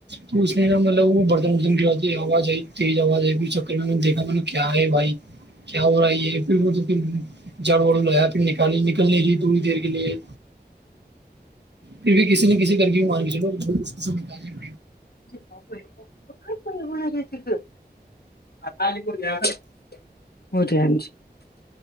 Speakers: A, on the right; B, on the left.
A: تو اس نے نا مطلب برتن وتن کیا آواز آئی تیز آواز آئی پ چکر میں نے دیکھا نے کیا ہے بھائی کیا ہو رہا ہے پھر وہ تو جڑ واڑو لایا پھر نکالی نکلنے کی تھوڑی دیر کے لیے پھر بھی کسی نے کسی کر کے وہ مار چلو <inaudible>
B: کوئی ہونا رہتیک آتا نہیں کو جیا کر وہ ج ہاں جی